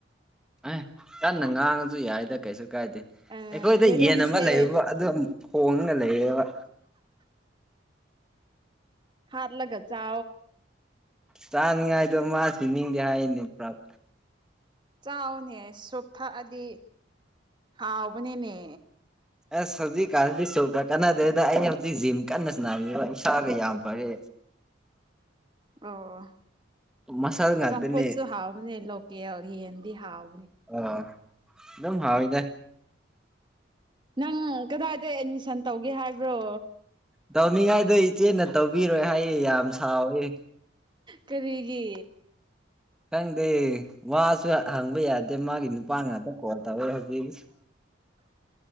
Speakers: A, in the centre; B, on the right (about 25°).
A: ꯑꯦ ꯀ ꯅꯪ ꯉꯥꯡꯉꯁꯨ ꯌꯥꯏꯗ ꯀꯩꯁꯨ ꯀꯥꯏꯗꯦ
B: ꯑꯥ
A: ꯑꯩꯈꯣꯏꯗ
B: ꯌꯦꯔꯨꯝꯁꯦ
A: ꯌꯦꯟ ꯑꯃ ꯂꯩꯕꯕ ꯑꯗꯨꯝ ꯍꯣꯡꯅ ꯂꯩꯌꯦꯕ
B: ꯍꯥꯔꯂꯒ ꯆ
A: ꯆꯥꯅꯤꯡꯉꯥꯏꯗꯣ ꯃꯥ ꯊ ꯅꯤꯡꯒꯦ ꯍꯥꯏꯅꯤ ꯄꯨ꯭ꯔꯞ
B: ꯆꯥꯎꯅꯦ ꯁꯣꯣꯛ ꯊꯛꯑꯗꯤ ꯍꯥꯎꯕꯅꯤꯅꯦ
A: ꯑꯁ ꯍꯧꯖꯤꯛꯀꯥꯟ ꯀꯥꯟꯅꯗꯔꯤꯦꯗ ꯑꯩꯅ ꯍꯧꯖꯤꯛ ꯖꯤꯝ ꯀꯟꯅ ꯁꯥꯟꯅꯔꯤ ꯏꯁꯥꯒ ꯌꯥꯝ ꯐꯔꯦ
B: ꯑꯣ
A: ꯃꯁꯜ ꯉꯥꯛꯇꯅꯦ
B: ꯁꯄꯣꯠꯁꯨ ꯍꯥꯎꯅꯤ ꯂ ꯀ ꯚꯍꯦꯟꯗꯤ ꯍꯥꯎ
A: ꯑꯣ ꯑꯦꯝ ꯍꯥꯎꯏꯗ
B: ꯅꯪ ꯀꯗꯥꯗ ꯑꯦꯗꯃꯤꯁꯟ ꯇꯧꯒꯦ ꯍꯥꯏꯕ꯭ꯔꯣ
A: ꯇꯧꯃꯤ ꯉꯥꯏꯗ ꯏꯆꯦ ꯅ ꯇꯧ ꯇꯕꯤꯔꯣꯏ ꯍꯥꯏꯌꯦ ꯌꯥꯝ ꯁꯥꯎꯋꯦ
B: ꯀꯔꯤꯒꯤ
A: ꯈꯪꯗꯦ ꯋꯥꯁꯨ ꯍꯪꯕ ꯌꯥꯗꯦ ꯃꯥꯒꯤ ꯅꯨꯄꯥ ꯉꯥꯛꯇ ꯇꯕꯔ ꯍꯥꯕꯤꯁ